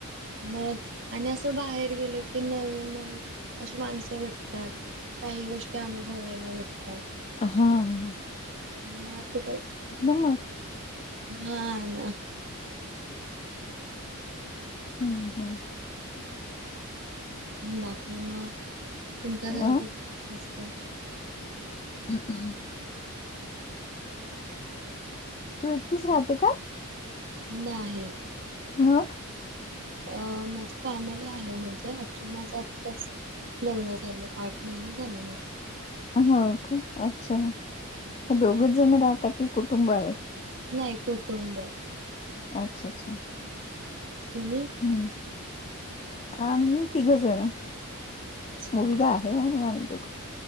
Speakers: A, on the right; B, on the left.
A: मग आणि असं बाहेर गेलं की नवीन नवीन, अशी माणसं भेटतात. काही गोष्टी अनुभवायला भेटतात.
B: हा हा ह
A: म ते
B: मग
A: हा ना.
B: हम्म हम
A: बाकी मग तुमच्या घरी
B: अ
A: कोण असत.
B: अह <unintelligible> तू एकटीच राहते का?
A: नाही.
B: मग
A: अ माझी फॅमिली आहे म्हणजे ऍक्च्युली माझं आत्ताच लग्न झालं आठ महिने झाले.
B: ह का अच्छा दोघच जण राहता की कुटुंब आहे?
A: नाही कुटुंब हाय.
B: अच्छा अच्छा.
A: तुम्ही?
B: हम् आम्ही तिघं जण
A: अच्छा
B: मुलगा हाय. हे आणि आम्ही दोघं.